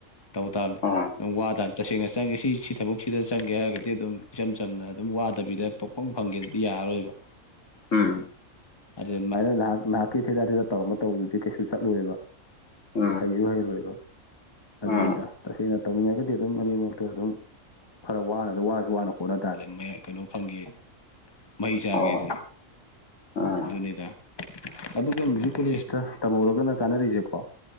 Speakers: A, on the left; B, on the left.
A: ꯇꯧ ꯇꯕꯅꯤ
B: ꯎꯝ
A: ꯑꯗꯨꯝ ꯋꯥꯗ ꯇꯁꯦꯡꯅ ꯆꯪꯉꯦ ꯁꯤ ꯁꯤ ꯊꯕꯛꯁꯤꯗ ꯆꯪꯒꯦ ꯍꯥꯏꯔꯒꯗꯤ ꯑꯗꯨꯝ ꯏꯆꯝ ꯆꯝꯅ ꯑꯗꯨꯝ ꯋꯥꯗꯕꯤꯗ ꯄꯣꯄꯪ ꯐꯪꯒꯦꯗꯨꯗꯤ ꯌꯥꯔꯔꯣꯏꯕ
B: ꯎꯝ
A: ꯑꯗꯨ ꯑꯗꯨꯃꯥꯏꯅ ꯅꯍꯥꯛ ꯅꯍꯥꯛꯀꯤ ꯊꯦꯇꯔ ꯊꯇꯔ ꯇꯧꯔꯝꯃ ꯇꯧꯕꯗꯨꯗꯤ ꯀꯩꯁꯨ ꯆꯠꯂꯣꯏꯦꯕ
B: ꯎꯝ
A: ꯍꯩꯔꯣꯏꯕ ꯑꯗꯨꯅꯤꯗ
B: ꯎꯝ
A: ꯇꯁꯦꯡꯅ ꯇꯧꯅꯤꯡꯉꯒꯗꯤ ꯑꯗꯨꯝ ꯑꯅꯤꯃꯛꯇꯣ ꯑꯗꯨꯝ ꯈꯔ ꯋꯥꯅ ꯋꯥꯁꯨ ꯋꯥꯅ ꯍꯣꯠꯅ ꯇꯥꯔꯦ ꯀꯩꯅꯣ ꯐꯪꯒꯦꯗꯤ ꯃꯍꯩ ꯆꯥꯒꯦꯗꯤ
B: ꯑꯣ ꯎꯝ
A: ꯑꯗꯨꯅꯤꯗ ꯑꯗꯨꯒ ꯃ꯭ꯌꯨꯖꯤꯛ ꯀꯣꯂꯦꯖꯇ ꯇꯝꯍꯧꯔꯒꯅ ꯀꯥꯟꯅꯔꯤꯁꯦꯀꯣ